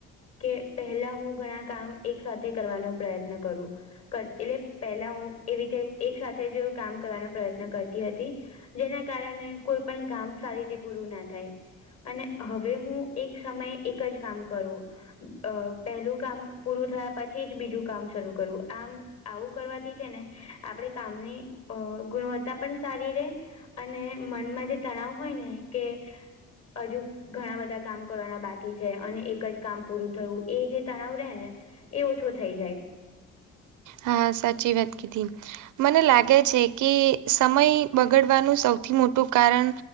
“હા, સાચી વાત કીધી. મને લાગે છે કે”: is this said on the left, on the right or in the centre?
Right